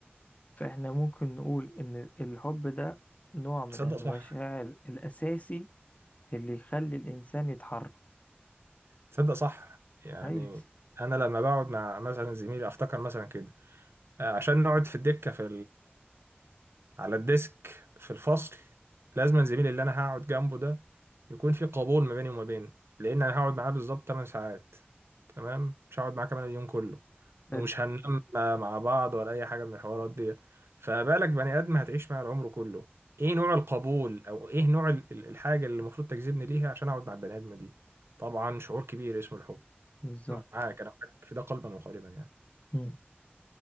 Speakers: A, on the left; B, on the right.
A: فاحنا ممكن نقول ان الحب ده نوع من
B: تصدق
A: المشاعر
B: صح
A: الاساسي اللي يخلي الإنسان يتحرك
B: تصدق صح يعني
A: أيوه
B: انا لما بقعد مع مثلا زميلي افتكر مثلا كده آه، عشان نقعد في الدكه في على الديسك في الفصل لازم الزميل اللي انا هقعد جنبه ده يكون في قبول ما بيني وما بينه لان انا هقعد معاه بالظبط 8 ساعات تمام مش هقعد معاه كمان اليوم كله
A: حلو
B: ومش هننام مع بعض ولا اي حاجه من الحوارات دي فما بالك بني ادم هتعيش معاه العمر كله ايه نوع القبول او ايه نوع ال- ال- الحاجه اللي المفروض تجذبني ليها عشان اقعد مع البني ادمه دي طبعا شعور كبير اسمه الحب
A: بالظبط
B: معاك انا معاك في ده قلبا وقالبا يعني
A: مم.